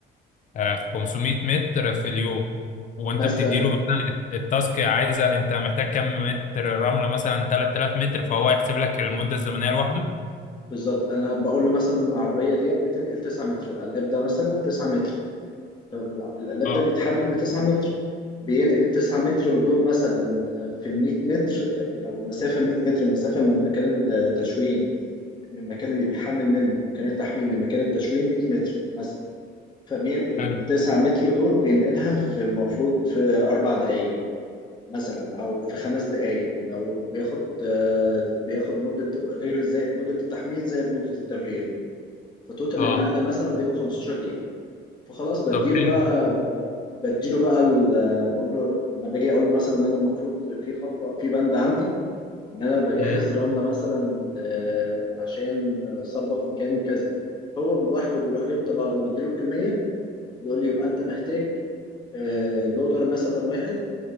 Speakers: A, on the left (about 40°); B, on the left (about 20°).
A: آه، 500 متر في اليوم وانت
B: مثلا
A: بتديله مثلا التاسك عايزه انت محتاج كم متر رمله مثلا 3000 متر فهو يحسب لك المده الزمنيه لوحده
B: بالظبط انا بقول له مثلا العربية دي بتنقل 9 متر القلاب ده مثلا 9 متر فالقلاب
A: اه
B: ده بيتحمل ب 9 متر بينقل ال 9 متر دول مثلا في ال 100 متر آه، لو المسافة 100 متر المسافة من مكان التشوين من المكان اللي بيحمل منه مكان التحميل لمكان التشوين 100 متر مثلا فبينقل
A: حلو
B: التسعة متر دول بينقلها في المفروض في أربع دقايق مثلا أو في خمس دقايق لو بياخد آه، بياخد مدة غير زائد مدة التحميل زائد مدة التفريغ فتوتال
A: اه
B: النقلة مثلا بيبقى 15 دقيقة فخلاص بديله
A: طب حلو
B: بقى بديله بقى ال- بقول له لما باجي اقول له مثلا ان انا المفروض في خطوه في بند عندي ان انا بجهز
A: امم
B: رمله مثلا آه، عشان صبه في مكان كذا هو لوحده بيروح جاي مطلع لي انا بديله الكميه بيقول لي يبقى انت محتاج آه، لودر مثلا واحد